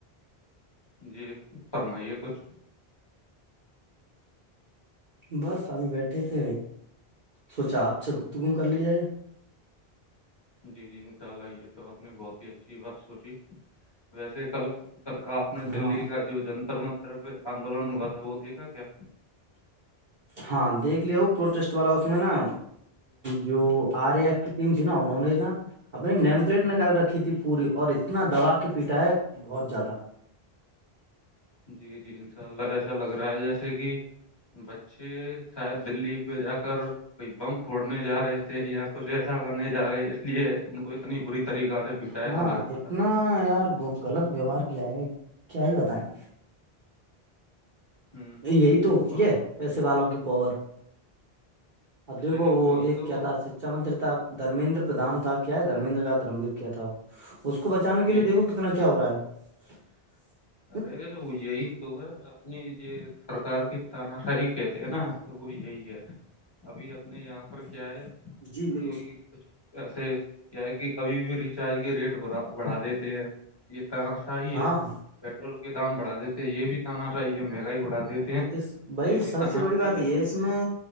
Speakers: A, on the left; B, on the right.
A: جی فرمائیے کچھ
B: بس ابھی بیٹھے تھے سوچا آپ سے گتگو کر لی جائے
A: جی جی انشاء اللہ یہ یہ تو آپ نے بہت ہی اچھی بات سوچی ویسےل کلکپ نے دلی
B: ہاں
A: کا جو جنتر منت طرفہ آندولن ہوا تھا وہتیے گا کیا
B: ہاں دیکھ لیا ہو پروٹیسٹ والا اس میں نا جو آر
A: جی
B: اے ایف تم چ نہا ہونا ہو رہا اپنی نیم پلیٹ نکال رکھی تھی پوری اور اتنا دوبا کی پیٹا ہے بہت زیادہ
A: جی جی ان شاء اللہ ایسا لگ رہا ہے جیسے کہ بچے شاید دلی پہ جا کر کوئی بم پھوڑنے جا رہے تھے یا کچھ ایسا کرنے جا رہے اس لیے ان کو اتنی بری طریقہ سے پیٹا
B: ہاں
A: ایسا لگ رہا
B: اتنا
A: تھا
B: یار ب غلط ویوہار کیا ہے کیا ہی بتائیں
A: ہ
B: یہی تو ہوتی
A: وہاں
B: ہے
A: پر کیا
B: پیسے
A: کہ-
B: والوں کی پاور اب دیکھو
A: ارے وہی
B: وہ ایک
A: تو
B: کیا تھا ا متر تھا دھرمیندر پردان تھا کیا ہے دھرمینندر کا درمب کیا تھا اس کو بچانے کے
A: جی
B: لیے دیکھو
A: جی
B: کتنا کیا ہو رہا ہے
A: ارے وہ یہی تو ہے اپنی یہ سرکار کی تاناشائی کہتے ہیں نا تو وہ یہی ہے ابھی اب یہاں پر کیا ہے
B: جی بالکل
A: یہ کچھ ایسے کیا ہے کہ کبھی بھی ریچارج کے ریٹ بڑا بڑھا دیتے ہیں یہ طرح صاہی
B: ہاں
A: ہے پیٹرول کے دام بڑھا دیتے یہ بھی تاناشاہی ہے مہنگائی بڑھا دیتے ہیں
B: اس بھائی
A: یہ بھی
B: سب
A: تاناشاہی
B: سے بڑی بات
A: چل
B: یہ
A: رہی
B: اس
A: ہے نا
B: میں